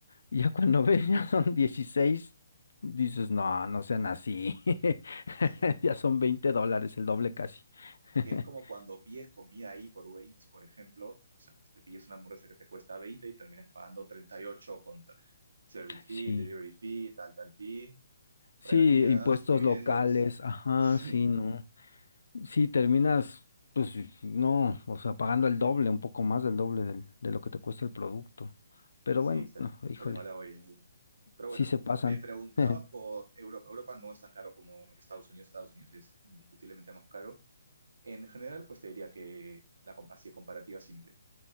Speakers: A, on the left (about 80°); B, on the right (about 80°).
A: y ya cuando ves, <laughs> ya son dieciséis dices, no, no sean así, <laughs>
B: Sí.
A: ya son 20 dólares, el doble casi, <laughs>
B: que es como cuando pides comida ahí por Uber Eats, por ejemplo, o sea, pues te pides una hamburguesa que te cuesta 20 y terminas pagando 38 con ta- service fee,
A: sí,
B: delivery fee, tal, tal fee,
A: sí,
B: regalías,
A: impuestos
B: dividendos.
A: locales,
B: <laughs>
A: ajá,
B: Sí,
A: sí, no. Sí, terminas, pues sí, sí, no, o sea, pagando el doble, un poco más del doble del- de lo que te cuesta el producto. Pero
B: sí,
A: bueno,
B: se,
A: híjole,
B: se les va la olla ahí. Pero
A: sí
B: bueno,
A: se pasan.
B: me preguntabas
A: <laughs>
B: por Europa. Europa no es tan caro como Estados Unidos. Estados Unidos es indiscutiblemente más caro. En general, pues te diría que la com- así de comparativa simple.